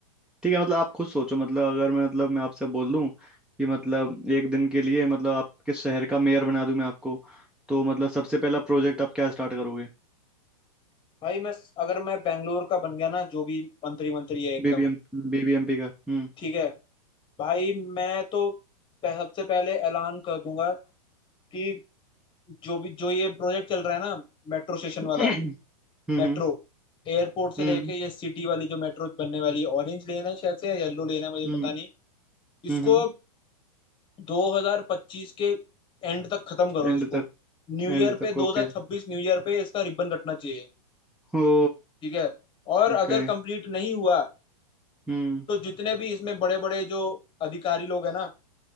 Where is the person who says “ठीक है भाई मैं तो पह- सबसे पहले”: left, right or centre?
Left